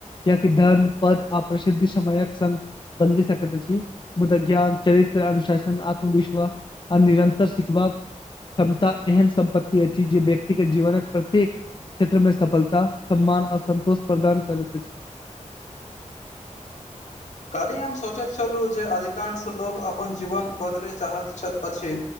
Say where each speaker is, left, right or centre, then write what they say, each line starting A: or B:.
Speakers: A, on the left; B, on the left.
A: याकि धर्न पद आ प्रसिद्धि समयक संघ बदलि सकैत छी मुद्दा ज्ञान चरित्र अनुशासन आत्मविश्वास आ निरन्तर सिखबाक क्षमता एहन सम्पत्ति अछि जे व्यक्ति के जीवनक प्रत्येक क्षेत्र मे सफलता सम्मान आ संन्तोष प्रदान करैत अछि
B: काल्हि हम सोचैत छलू जे अधिकांश लोग अपन जीवन बदलै चाहैत अछि